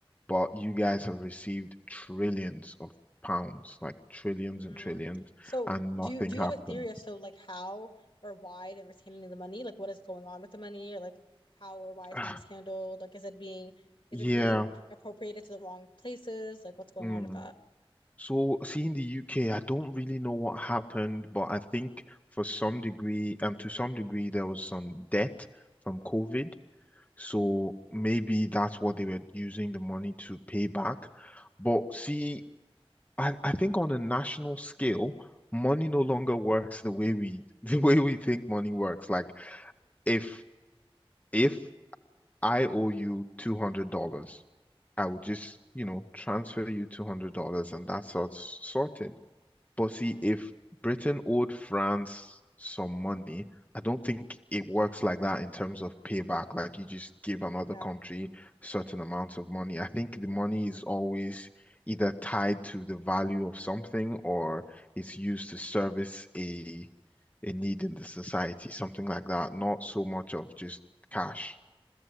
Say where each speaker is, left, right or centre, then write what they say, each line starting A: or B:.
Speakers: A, on the left; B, on the left.
A: But you guys have received trillions of pounds, like trillions
B: Mm.
A: and trillions,
B: So
A: and nothing
B: do you do
A: happened.
B: you have a theory as to
A: <sighs>
B: like how or why they're mishandling the money? Like what is going on with the money or like how or why it's
A: Ah,
B: being mishandled? Like is it being is
A: Yeah.
B: it being appropriated to the wrong places? Like what's going
A: mm.
B: on with that?
A: So see, in the UK, I don't really know what happened, but I think for some degree, um, to some degree, there was some debt from COVID. So maybe that's what they were using the money to pay back. But see, I, I think on a national scale, money no
B: Mm,
A: longer works the way we <laughs> the way we think money works. Like if if I owe you two hundred dollars, I would just, you know, transfer you two hundred dollars and that's sort sorted. But see,
B: mm,
A: if Britain owed France some money, I don't think it works like that in terms of payback. Like you just give another
B: yeah.
A: country certain amounts of money. I think the money is always either tied to the value of something or it's used to service a a need in the society, something like that. Not so much of just cash.